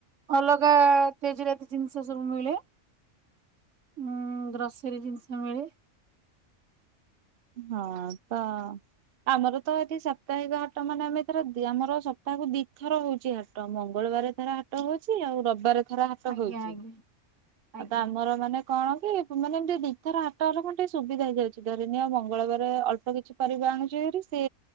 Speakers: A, on the right; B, on the right.
A: ଅଲଗା ତେଜରାତି ଜିନଷ ସବୁ ମିଳେ। ଉଁ ଗ୍ରସରୀ ଜିନଷ ମିଳେ।
B: ହଁ ତ। ଆମର ତ ଏଠି ସପ୍ତାହିକ ହାଟ ମାନେ ଆମେ ଏଥର ଦି ଆମର ସପ୍ତାହକୁ ଦିଥର ହଉଚି ହା ଟ ମଙ୍ଗଳବାର ଥରେ ହାଟ ହଉଚି ଆଉ ରବବାରେ। ଥର ହାଟ
A: ଆଜ୍ଞା
B: ହଉଚି
A: ଆଜ୍ଞା
B: ଆଉ
A: ଆଜ୍ଞା।
B: ତ ଆମର ମାନେ। କଣ କି ମାନେ ଏମତି ଦିଥର ହାଟ ହେଲେ କଣ ଟିକେ ସୁବିଧା ହେଇଯାଉଚି ଘରେ। ନିଅ ମଙ୍ଗଳବାରେ ଅଳ୍ପ କିଛି ପରିବା ଆଣୁଚି ଭାରି ସେ।